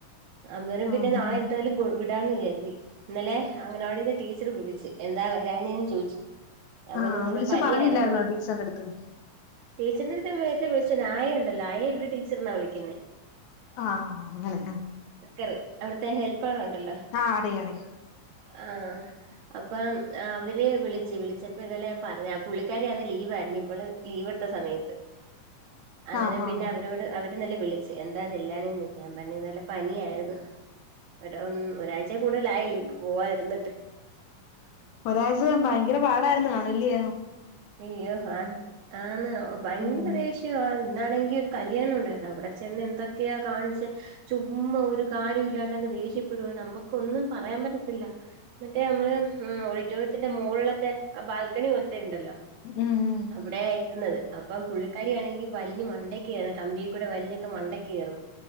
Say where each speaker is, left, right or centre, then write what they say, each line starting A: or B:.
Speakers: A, on the right; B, on the left.
A: അന്നേരം പിന്നെ
B: ആഹ്
A: നാളെ
B: ആഹ്
A: എന്തായാലും വിടാന്ന് കരുതി ഇന്നലെ അങ്ങനെവിടടെന്ന് ടീച്ചർ പിടിച്ചു എന്താ വരാനന്ന് ചോദിച്ചു. അവന്
B: ആഹ്
A: വേറെ
B: വിളിച്ച്
A: പനിയായിരുന്നു
B: പറഞ്ഞില്ലായിരുന്നോ ടീച്ചറിന്റെ അടുത്ത്
A: ടീച്ചറിന്റെ അടുത് നേരത്തെ വിളിച്ച ആയേണ്ടല്ലോ ആയേ ഇവര് ടീച്ചർന്നാ വിളിക്ന്നേ.
B: ആഹ് അങ്ങനെ
A: ർ അവിടുത്തെ ഹെൽപ്പർ ഉണ്ടല്ലോ
B: ആ ഹ്അതെ അതെ
A: ആഹ് അപ്പം അവര് വിളിച്ചു വിളിച്ച,, അപ്പൊതലെ ഞാപറഞ്ഞ പുള്ളിക്കാരി ആന്ന് ലീവായിര്ന്ന് ഇവ്വള് ലീവ് എട്ത്ത സമയത്ത് അങ്ങനം
B: ആഹ്
A: പിന്നെ
B: ആഹ്
A: അവ,, അവരോട് അവര് ഇന്നലെ വിളിച്ച് എന്താ ചെല്ലാന ഞാൻ പറഞ്ഞ നല്ല പനിയായിരുന്നു. ഒരാം ഒരാഴ്ച കൂടുതലായില്ലേ ഇപ്പ പോവാതിരുന്നിട്ട്
B: ഒരാഴ്ച ഭയങ്കര പാടായിരുന്നു ആണല്ല യോ
A: അയ്യോ ആന്ന് ആന്ന് ഭയങ്കര
B: ഉം
A: ദേഷ്യ,, ഇന്നാണെങ്കിൽ ഒരു കല്യാണം ഉണ്ടായിരുന്നു അവിടെ ചെന്ന് എന്തൊക്കെയാ കാണിിച്ച ചുമ്മാ ഒരു കാര്യം ഇല്ലാണ്ട് അങ്ങ് ദേഷ്യപ്പെടുക നമ്മുക്ക ഒന്നും പറയാൻ പറ്റത്തില്ല. മറ്റേ നമ്മള് ഓഡിറ്റോറിയത്തിന്റെ മുകളിലത്തെ ആ ബാൽക്കണി കൊലത്തിട്ടണ്ടല്ലോ
B: ഉം
A: ഇവിടെ ഇരുന്നത് അപ്പം പുള്ളിക്കാരിയാണെങ്കിൽ വലിഞ്ഞഞ് മണ്ടക്ക് കയറന്ന് കമ്പിയ കൂടെ വലിഞ്ഞൊക്കെ മണ്ടക്കക്ക് കയറും